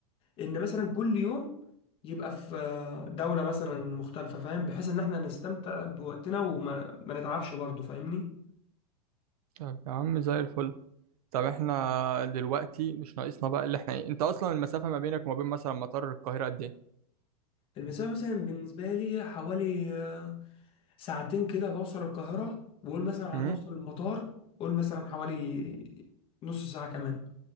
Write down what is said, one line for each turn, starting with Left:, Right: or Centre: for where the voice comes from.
Left: ان مثلا كل يوم يبقى في آه، دولة مثلا مختلفة فاهم بحيث ان احنا نستمتع بوقتنا وما ما نتعبش برضه فاهمني
Right: طب يا عم زي الفل طب احنا دلوقتي مش ناقصنا بقى اللي احنا ايه انت اصلا المسافة ما بينك وما بين مثلا مطار القاهرة قد
Left: المسافة مثلا بالنسبة لي حوالي آه، ساعتين كده بوصل القاهرة وقول مثلا على
Right: ايه؟
Left: ما اوصل المطار قول مثلا حوالي نص ساعة كمان